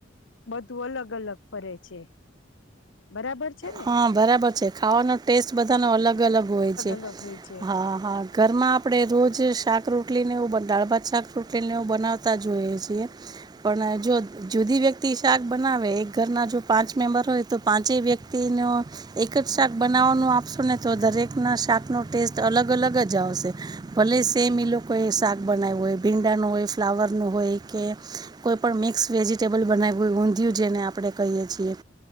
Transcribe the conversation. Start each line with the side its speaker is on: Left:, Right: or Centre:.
Left: બધુ અલગ-અલગ ફરે છે. બરાબર છે ને
Right: હા! બરાબર છે ખાવાનો ટેસ્ટ બધાનો અલગ અલગ હોય છે
Left: અલગ હોય છે
Right: હા હા હા ઘરમાં આપણેે રોજ શાક રોટલીને એવુ દાળ ભાત શાક રોટલીને એવુ બનાવતા જોઈએ છીએ પણ જો જુ બધી વ્યક્તિ શાક બનાવે એક ઘરના જો પાંચ મેમ્બર હોય તો પાંચેય વ્ય તી નો એક જ શાક બનાવવાનું આપશો ને તો દરેક ના શાક નો ટેસ્ટ અલગ અલગ જ આવશે ભલે સેમ લોકોએ શાક બનાવું હોય ભીંડા નું હોય ફ્લાવર નું હોય કે કોઈ પણ મિક્સ વેજીિટેબલ બનાવ ઊંધિયું જેને આપે કહીએ છીએ